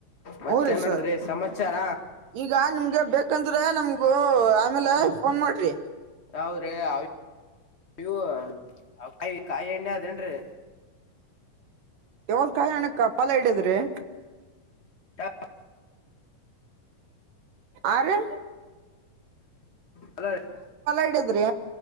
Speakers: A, on the left; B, on the right.
A: ಮತ್ತೆ
B: ಹೂ ರೀ
A: ನೋಡಿದ್ರಿ
B: ಸರ್
A: ಸಮಾಚಾರ
B: ಈಗ ನಿಮ್ಗೆ ಬೇಕಂದ್ರೆ ನಮ್ಗೂ ಆಮೇಲೆ ಫೋನ್ ಮಾಡ್ರಿ
A: ಹೌರೇ ಅವ ನೀವು ಕಾಯ ಕಾಯಿ ಎಣ್ಣೆ ಆದೇನ್ರಿ
B: ಯಾವಲ್ ಕಾಯಾಣಕ್ಕ ಫಲ ಹಿಡಿದ್ರಿ
A: ಹ
B: ಅರೆ
A: ಹಲೋ ರೀ
B: ಹಿಡಿದ್ರಿ